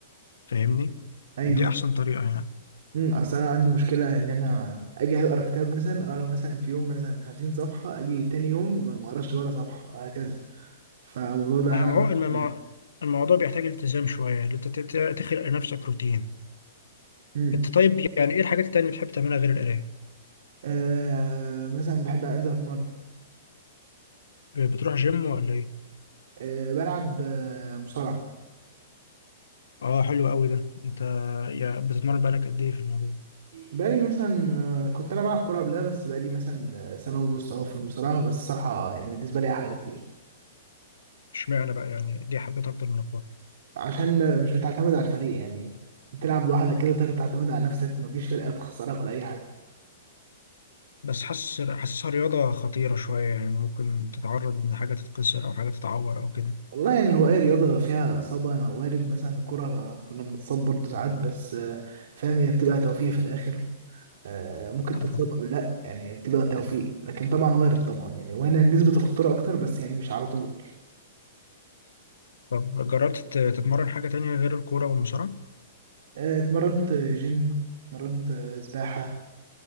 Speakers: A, on the left (about 85°); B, on the right (about 65°).
A: فاهمني؟
B: ايوه
A: دي أحسن طريقة يعني
B: امم اصل انا عندي مشكله ان انا اجي اقرا كتاب مثلا اقرا مثلا في يوم مثلا 50 صفحه اجي تاني يوم ما اقراش ولا صفحه هكذا فالموضوع ده
A: ما
B: عامل
A: ما هو المو-
B: مشكلة.
A: الموضوع بيحتاج التزام شوية إن أنت تت- تخلق لنفسك روتين
B: امم
A: أنت طيب يعني إيه الحاجات التانية اللي بتحب تعملها غير القراية؟
B: آه مثلا بحب انزل اتمرن
A: ب- بتروح جيم ولا إيه؟
B: آه بلعب آه مصارعه
A: آه حلو أوي ده أنت يعني بتتمرن بقالك قد إيه في الموضوع ده؟
B: بقالي مثلا آه، كنت انا بلعب كوره قبلها بس بقالي مثلا آه، سنه ونص اهو في المصارعه بس الصراحه يعني بالنسبه لي احلى بكتير
A: اشمعنى بقى يعني دي حبيتها أكتر من الكورة
B: عشان مش بتعتمد على الفريق يعني بتلعب لوحدك كده تقدر تعتمد على نفسك مفيش فرقة تخسرك ولا أي حاجة
A: بس حاسس حاسسها رياضة خطيرة شوية يعني ممكن تتعرض إن حاجة تتكسر أو حاجة تتعور أو كده
B: والله يعني هو أي رياضة فيها إصابة وارد مثلا الكرة كنا بنتصاب برضه ساعات بس آه، فاهم هي بتبقى توفيق في الآخر آه، ممكن
A: اه
B: تتصاب أو لأ يعني بتبقى توفيق لكن طبعا وارد طبعا يعني وهنا نسبة الخطورة أكتر بس يعني مش على طول
A: طب جربت تت- تتمرن حاجة تانية غير الكورة والمصارعة؟
B: آه، اتمرنت جيم اتمرنت آه، سباحة